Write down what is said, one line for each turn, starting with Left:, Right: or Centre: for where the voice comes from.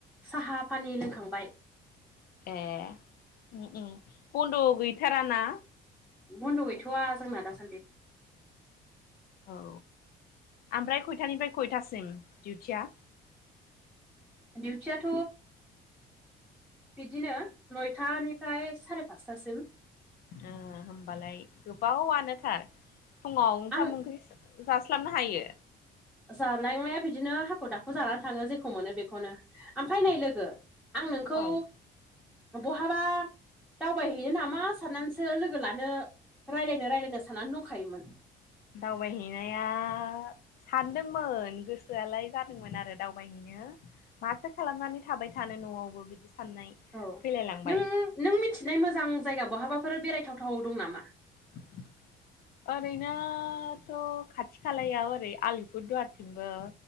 Centre: साहा फानि लोंखांबाय।
Left: ए औ ओ बन्द' गैथाराना?
Centre: बन्द गैथवा जोंना दासान्दि।
Left: औ ओमफ्राय खयथानिफ्राय खयथासिम दिउटिया?
Centre: दिउटियाथ बिदिनो नयथानिफ्राय सारे फासथासिम।
Left: ओ होमबालाय गोबावनो थार फुङाव ओंखाम-ओंख्रि
Centre: आं
Left: जास्लाबनो हायो?
Centre: जानांनाया बिदिनो हाखु-दाखु जानानै थाङो जेखौ मोनो बेखौनो। ओमफ्राय नै लोगो आं नोंखौ
Left: औ
Centre: बहाबा दावबायहैनो नामा साननानैसो लोगो लानो रायज्लायनो रायज्लायनो साननानै दंखायोमोन।
Left: दावबाय हैनाया सानदोंमोन गोसोआलाय जादोंमोन आरो दावबायहैनो। माथो खालामनानै थाबाय थानो न'आवबो बिदि साननाय।
Centre: औ
Left: फैलायलांबाय
Centre: नों नों मोनथिनाय मोजां जायगा बहाबाफोर बेरायथावथाव दं नामा?
Left: <inaudible> ओरैनोथ' खाथि-खालायाव ओरै आलिपुर दुवारथिंबो।